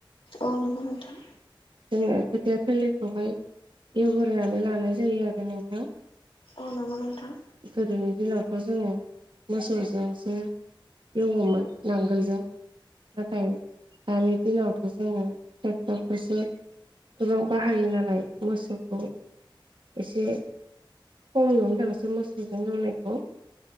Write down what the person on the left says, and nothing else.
अ नंगौ नोंथां।
अ नंगौ नोंथां